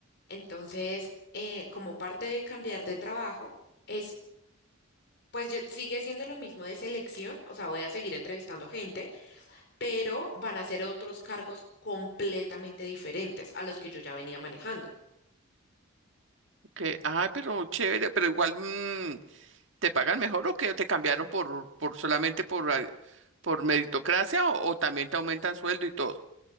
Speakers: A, on the left; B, on the right.
A: Entonces, eh, como parte de cambiar de trabajo, es, pues yo- sigue siendo lo mismo de selección, o sea, voy a seguir entrevistando gente, pero van a ser otros cargos completamente diferentes a los que yo ya venía manejando.
B: Que, ay, pero chévere, pero igual, mm, ¿Te pagan mejor o que te cambiaron por, por solamente por, al- por meritocracia o, o también te aumentan sueldo y todo?